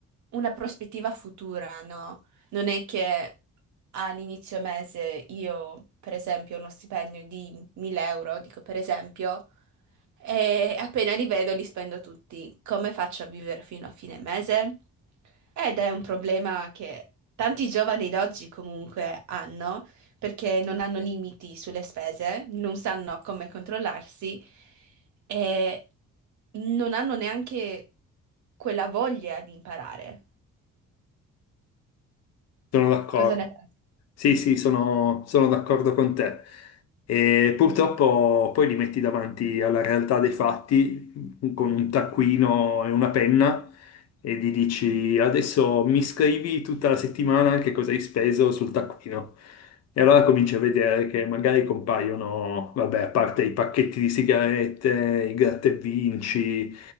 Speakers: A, on the right; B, on the left.
A: una prospettiva futura, no? Non è che all'inizio mese io, per esempio, ho uno stipendio di 1000 euro, dico per esempio, e appena li vedo li spendo tutti. Come faccio a vivere fino a fine mese? Ed è un problema che tanti giovani d'oggi comunque hanno, perché non hanno limiti sulle spese, non sanno come controllarsi e non hanno neanche quella voglia di imparare.
B: Sono d'accordo.
A: Cosa ne pensi?
B: Sì, sì, sono, sono d'accordo con te. E purtroppo poi li metti davanti alla realtà dei fatti con un taccuino e una penna e gli dici adesso mi scrivi tutta la settimana che cosa hai speso sul taccuino. E allora cominci a vedere che magari compaiono, vabbè, a parte i pacchetti di sigarette, i gratta e vinci